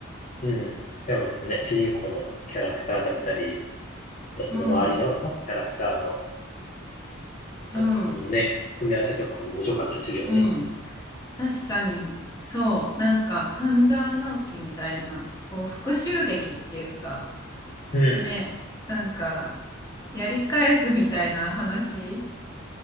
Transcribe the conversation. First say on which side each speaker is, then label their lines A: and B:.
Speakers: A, on the left; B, on the left.
A: うん。でもね、主人公のキャラクターだったり、あとその周りのキャラクターの、
B: うんうん
A: なんかそのね、組み合わせとかも面白かったりするよね。
B: うん。確かに。そう。なんか、半沢直樹みたいな、こう、復讐劇っていうか、
A: うん。
B: ね、なんか、やり返すみたいな話。